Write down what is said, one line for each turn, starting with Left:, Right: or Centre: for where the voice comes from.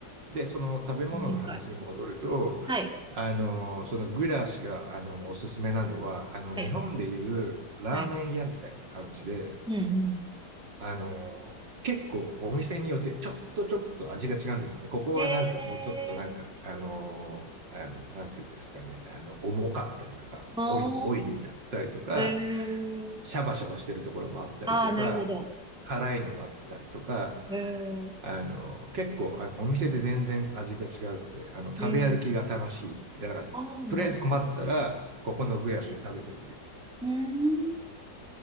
Right: で、その食べ物の話に戻ると、
Centre: 委かい、はい。
Right: あの、そのグラシが、あの、おすすめなのは、あの、
Centre: はい。
Right: 日本でいうラーメン屋みたいな感じで、
Centre: はい。うん、うん。
Right: あの、結構お店によってちょっとちょっと味が違うんですよね。ここはなんかもうちょっとなんか、
Centre: えー、
Right: あの、あの、なんていうんですかね、あの、重かったりとか、
Centre: あ
Right: オイ、オイリーだったりとか、
Centre: ー、えー、
Right: シャバシャバしてるところもあったりとか、
Centre: あー、なるほど。
Right: 辛いのがあったりとか、
Centre: えー、
Right: あの、結構、あの、お店で全然味が違うくて、あの、食べ歩きが楽しい。
Centre: えー、
Right: だから、
Centre: あー、
Right: とりあえず困ったら、
Centre: なるほど。
Right: ここのブヤシを食べてみよう。
Centre: うーん。